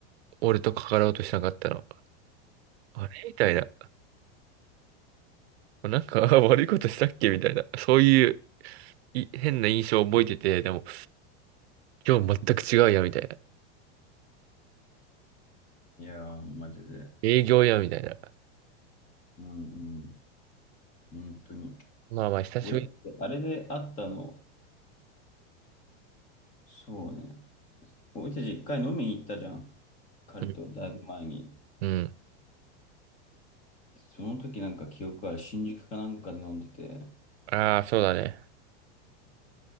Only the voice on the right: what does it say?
俺と関わろうとしなかったの。あれみたいな。なんかあ <laughs> 悪いことしたっけみたいな。そういうい変な印象を覚えてて、でも今日全く違うや、みたいな。
営業や、みたいな。
まあまあ、久しぶり。
うん。うん。
ああ、そうだね。